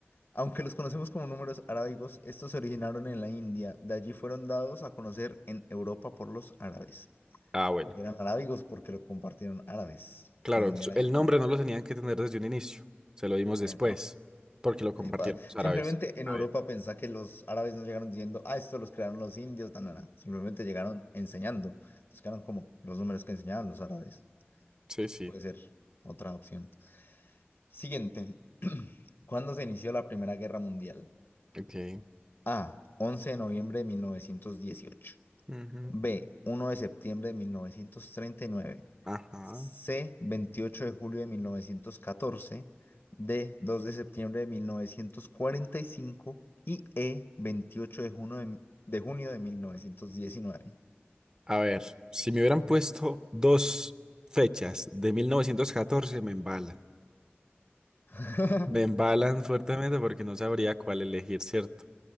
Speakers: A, on the left; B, on the right.
A: Aunque los conocemos como números arábigos, estos se originaron en la India. De allí fueron dados a conocer en Europa por los árabes.
B: Ah, bueno.
A: Eran arábigos porque lo compartieron árabes,
B: Claro,
A: pero venía
B: su-
A: de la
B: el
A: India.
B: nombre no lo tenían que tener desde un inicio. Se lo dimos después,
A: Epa.
B: porque lo compartieron
A: Eh, pa-
B: los árabes.
A: Simplemente
B: Está
A: en Europa
B: bien.
A: pensá que los árabes no llegaron diciendo, ah, esto los crearon los indios, tan, tan, tan". Simplemente llegaron enseñando. Entonces quedaron como los números que enseñaban los árabes.
B: Sí, sí.
A: Puede ser otra opción. Siguiente. ¿Cuándo se inició la Primera Guerra Mundial?
B: Ok.
A: A. once de noviembre de 1918.
B: Ujú.
A: B. uno de septiembre de 1939.
B: Ajá.
A: C, 28 de julio de 1914, D, 2 de septiembre de mil novecientos cuarenta y cinco y E, 28 de junio de, de junio de 1919.
B: A ver, si me hubieran puesto dos fechas de 1914 me embalan.
A: <laughs>
B: Me embalan fuertemente porque no sabría cuál elegir, ¿cierto?